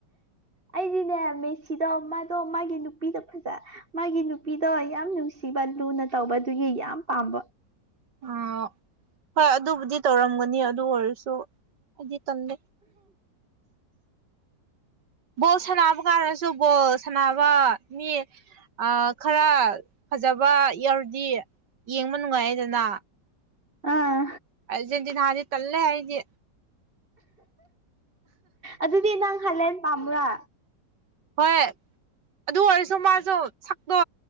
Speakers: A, on the right; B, on the right.
A: ꯑꯩꯗꯤꯅꯦ ꯃꯦꯁꯤꯗꯣ ꯃꯥꯗꯣ ꯃꯥꯒꯤ ꯅꯨꯄꯤꯗꯣ ꯐꯖ꯫ ꯃꯥꯒꯤ ꯅꯨꯄꯤꯗꯣ ꯌꯥꯝ ꯅꯨꯡꯁꯤꯕ ꯂꯨꯅ ꯇꯧꯕꯗꯨꯒꯤ ꯌꯥꯝ ꯄꯥꯝꯕ
B: ꯑꯥ ꯍꯣꯏ ꯑꯗꯨꯕꯨꯗꯤ ꯇꯧꯔꯝꯒꯅꯤ ꯑꯗꯨ ꯑꯣꯏꯔꯁꯨ ꯍꯥꯏꯗꯤ꯫ ꯇꯟꯂꯦ꯫ ꯕꯣꯜ ꯁꯥꯟꯅꯕ ꯀꯥꯟꯗꯁꯨ ꯕꯣꯜ ꯁꯥꯟꯅꯕ ꯃꯤ꯫ ꯈꯔ ꯐꯖꯕ ꯌꯥꯎꯔꯗꯤ ꯌꯦꯡꯕ ꯅꯨꯡꯉꯥꯏꯗꯅ
A: ꯑꯥ
B: ꯑꯔꯖꯦꯟꯇꯤꯅꯥꯗꯤ ꯇꯜꯂꯦ ꯑꯥꯏꯗꯤ꯫
A: ꯑꯗꯨꯗꯤ ꯅꯪ ꯍꯂꯦꯟ ꯄꯥꯝꯕ꯭ꯔꯥ
B: ꯍꯣꯏ ꯑꯗꯨ ꯑꯣꯏꯔꯁꯨ ꯃꯥꯁꯨ ꯁꯛꯇꯣ